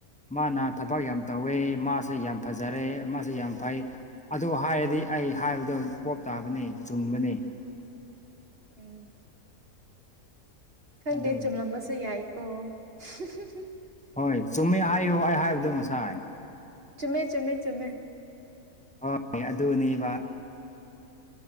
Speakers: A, in the centre; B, on the right (about 40°).
A: ꯃꯥꯅ ꯊꯕꯛ ꯌꯥꯝ ꯇꯧꯋꯦ ꯃꯥꯁꯦ ꯌꯥꯝ ꯐꯖꯔꯦ ꯃꯥꯁꯦ ꯌꯥꯝ ꯐꯩ ꯑꯗꯣ ꯍꯥꯏꯔꯗꯤ ꯑꯩ ꯍꯥꯏꯕꯗꯣ ꯄꯣꯞ ꯇꯥꯕꯅꯤ ꯆꯨꯝꯕꯅꯤ
B: ꯎꯝ ꯈꯪꯗꯦ
A: ꯑꯗꯨꯅꯤ
B: ꯆꯨꯝꯂꯝꯕꯁꯨ ꯌꯥꯏꯀꯣ <unintelligible>
A: ꯍꯣꯏ ꯆꯨꯝꯃꯦ ꯍꯥꯏꯌꯣ ꯑꯩ ꯍꯥꯏꯕꯗꯣ ꯉꯁꯥꯏ
B: ꯆꯨꯝꯃꯦ ꯆꯨꯝꯃꯦ ꯆꯨꯝꯃꯦ
A: ꯍꯣꯏ ꯑꯗꯨꯅꯤꯕ